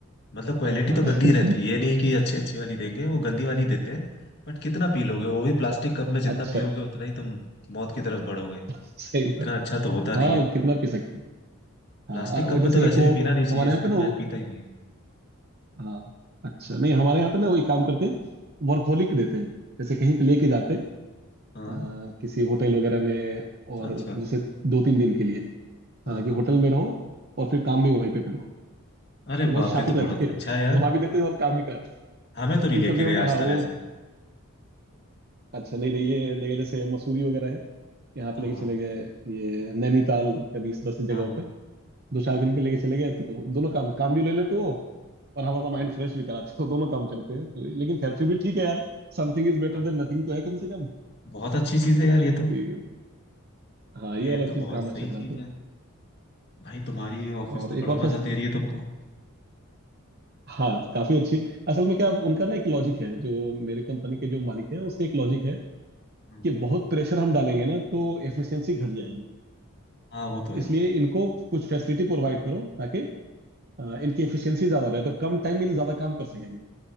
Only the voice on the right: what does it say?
हाँ
<laughs>
अच्छा
सही
बात
हाँ
वो
कितना पी सकते हैं
हाँ और
जैसे
एक वो
हमारे
यहाँ पे ना वो
हाँ अच्छा नहीं हमारे यहाँ पे ना वो एक काम करते हैं वर्कहोलिक देते हैं जैसे कहीं पे लेके जाते हैं
अ, किसी होटल वगैरह में और
जैसे दो तीन दिन के लिए
हाँ कि
होटल में रहो और फिर काम भी वहीं पे करो
ये बहुत
शातिर
रहते
हैं
<laughs> घुमा भी देते हैं और काम भी कराते हैं
लेकिन
कम से
कम हाँ
वो
अच्छा नहीं नहीं ये लेके जैसे मसूरी वगैरह है यहाँ पे
लेके
चले गए ये नैनीताल कभी इस तरह से जगहों
पे दो चार दिन के लेके चले गए तो दोनों काम काम भी ले लेते हो और हमारा माइंड
फ्रेश भी कराते हो <laughs> दोनों काम करते हैं तो लेकिन खैर फिर भी ठीक है यार something is better
than
nothing तो है कम से कम
कि हाँ
ये वाला
चीज
काम अच्छा
कराते
हो
और
एक और फेस्ट
हाँ काफी अच्छी असल में क्या उनका ना एक लॉजिक है जो मेरे कंपनी के जो मालिक है उसका एक लॉजिक है
कि बहुत प्रेशर हम डालेंगे ना तो एफिशिएंसी घट जाएगी
इसलिए इनको कुछ फैसिलिटी प्रोवाइड करो ताकि अ, इनकी एफिशिएंसी ज्यादा रहे तो कम टाइम में ज्यादा काम कर सकेंगे